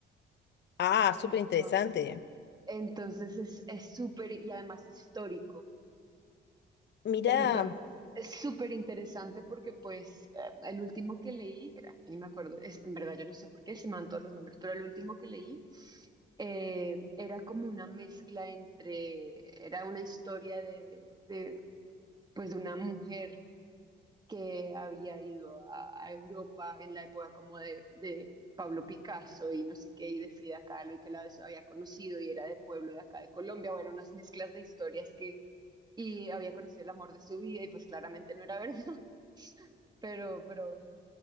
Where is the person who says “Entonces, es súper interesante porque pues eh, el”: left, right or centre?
Right